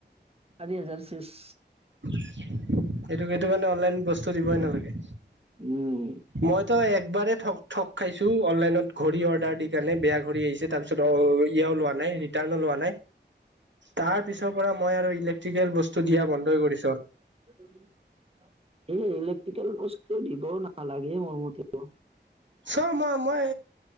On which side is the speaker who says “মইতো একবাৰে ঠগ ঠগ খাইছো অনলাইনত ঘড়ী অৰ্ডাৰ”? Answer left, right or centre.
Right